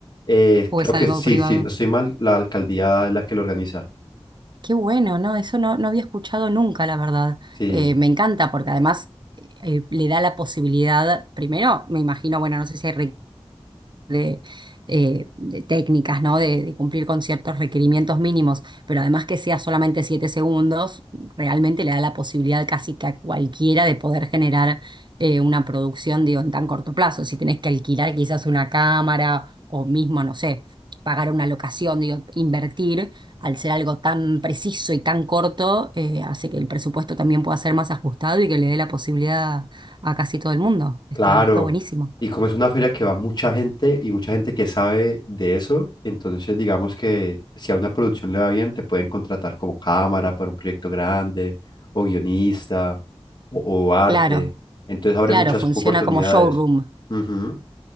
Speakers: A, on the left (about 45°); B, on the right (about 50°).
A: Eh,
B: o
A: creo
B: es
A: que
B: algo
A: sí,
B: privado?
A: sí, no estoy mal, la alcaldía es la que lo organiza.
B: Qué bueno, ¿no? Eso no, no había escuchado nunca, la verdad.
A: Sí,
B: Eh, me encanta porque además eh, le da la posibilidad, primero, me imagino, bueno, no sé si hay de, eh, de técnicas, ¿no? De, de cumplir con ciertos requerimientos mínimos, pero además que sea solamente 7 segundos, realmente le da la posibilidad casi que a cualquiera de poder generar eh, una producción, digo, en tan corto plazo. Si tenés que alquilar quizás una cámara o mismo, no sé, pagar una locación, digo, invertir, al ser algo tan preciso y tan corto, eh, hace que el presupuesto también pueda ser más ajustado y que le dé la posibilidad a casi todo el mundo. Está,
A: Claro,
B: está buenísimo.
A: y como es una feria que va mucha gente y mucha gente que sabe de eso, entonces digamos que si a una producción le va bien, te pueden contratar como cámara para un proyecto grande, o guionista, o, o arte.
B: Claro.
A: Entonces abre
B: Claro,
A: muchas
B: funciona
A: oportunidades.
B: como showroom.
A: Ujú,